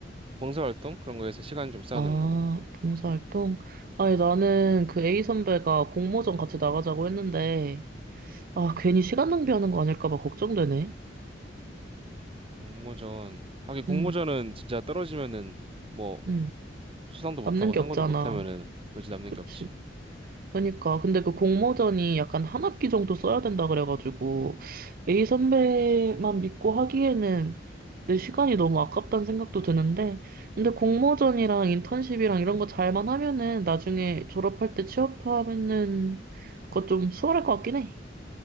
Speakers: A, on the right (about 30°); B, on the right (about 50°).
A: 봉사 활동? 그런 거에서 시간 좀 쌓아놓으려고.
B: 아, 봉사활동? 아니, 나는 그 A 선배가 공모전 같이 나가자고 했는데, 아, 괜히 시간 낭비하는 거 아닐까 봐 걱정되네.
A: 음, 공모전. 하긴 공모전은
B: 음,
A: 진짜 떨어지면은 뭐,
B: 음.
A: 수상도 못하고
B: 남는 게
A: 상관도
B: 없잖아.
A: 못하면은 그지 남는
B: 그치.
A: 게 없지.
B: 그러니까. 근데 그 공모전이 약간 한 학기 정도 써야 된다 그래가지고, A 선배만 믿고 하기에는 내 시간이 너무 아깝다는 생각도 드는데, 근데 공모전이랑 인턴십이랑 이런 거 잘만 하면은 나중에 졸업할 때 취업하면은 그거 좀 수월할 것 같긴 해.